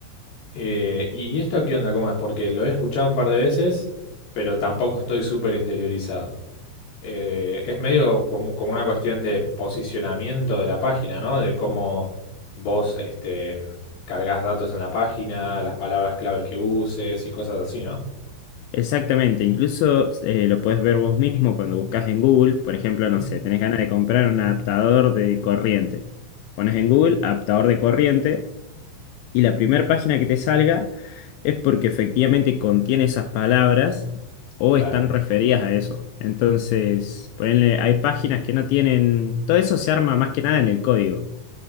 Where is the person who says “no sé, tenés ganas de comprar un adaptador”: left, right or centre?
Left